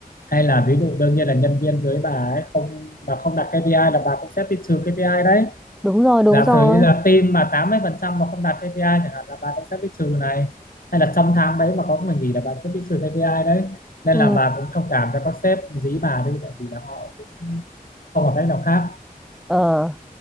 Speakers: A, on the left; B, in the centre.
A: hay là ví dụ đương nhiên là nhân viên dưới bà ấy không mà không đạt KPI là bà cũng sẽ bị trừ KPI đấy
B: đúng rồi đúng
A: giả
B: rồi
A: sử như là team mà 80 phần trăm mà không đạt KPI chẳng hạn là bà cũng sẽ bị trừ này hay là trong tháng đấy mà có người nghỉ là bà sẽ bị trừ KPI đấy nên
B: ừ
A: là bà cũng thông cảm cho các sếp dí bà đi tại vì là họ cũng không còn cách nào khác
B: ờ